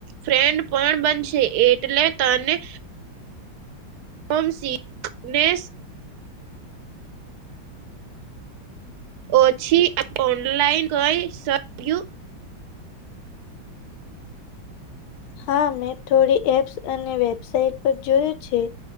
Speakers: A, on the right; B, on the left.
A: ફ્રેન્ડ પણ બનશે એટલે તને હોમ સિકનેસ ઓછી ઓનલાઇન કઈ શક્યું
B: હા મેં થોડી એપ્સ અને વેબસાઇટ પર જોયું છે.